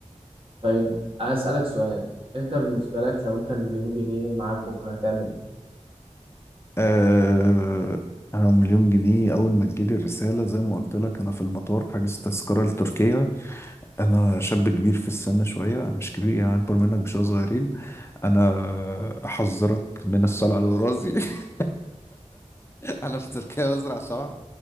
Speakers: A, on the right; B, on the left.
A: طيب انا اسالك سؤال انت بالنسبه لك لو انت المليون جنيه معاك بكره هتعمل ايه
B: آه، انا مليون جنيه اول ما تجيلي الرساله زي ما قلت لك انا في المطار حاجز تذكره لتركيا انا شاب كبير في السن شويه مش كبير يعني اكبر منك بشويه صغيرين انا احذرك من الصلع على راسي <laughs> انا في تركيا بزرع شعر